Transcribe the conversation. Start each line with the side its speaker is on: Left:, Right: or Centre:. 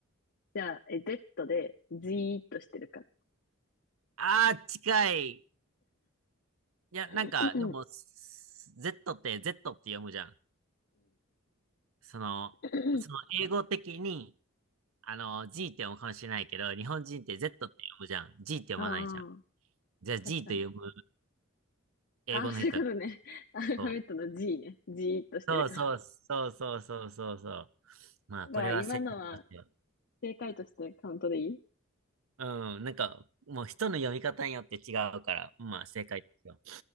Left: じゃあ、え、Z で、Z ーっとしてるから。
Right: ああ、近い。いや、
Left: <clears throat>
Right: なんか、
Left: うん、
Right: でも、S- Z って Z って読むじゃん。その、
Left: <clears throat> うん、
Right: その英語的に、あの、G って読むかもしれないけど、日本人って Z って読むじゃん。G って読まないじゃん。
Left: ああ、
Right: じゃあ G
Left: 確かに。
Right: と読む英語の人。
Left: ああ、そういうことね。<laughs> アルファベットの
Right: そう
Left: G ね。じーっとしてるから。
Right: そうそうそうそうそうそうそう。まあ、
Left: ま今のは
Right: これは正解ですよ。
Left: 正解としてカウントでいい
Right: うん、なんか、もう人の読み方によって違うから、まあ、正解ですよ。